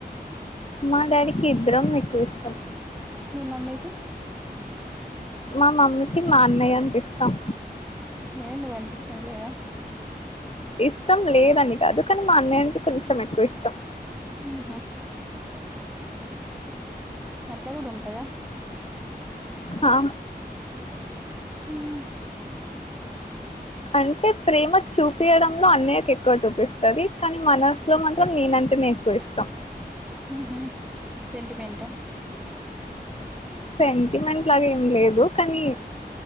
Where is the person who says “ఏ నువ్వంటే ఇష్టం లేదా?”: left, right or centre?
Centre